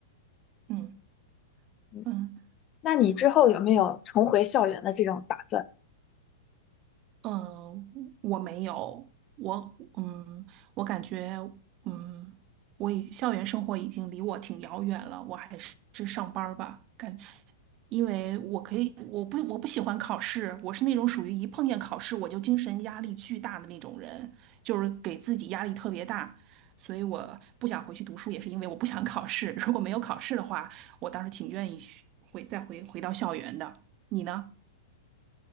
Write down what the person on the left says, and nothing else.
嗯，
那你之后有没有重回校园的这种打算？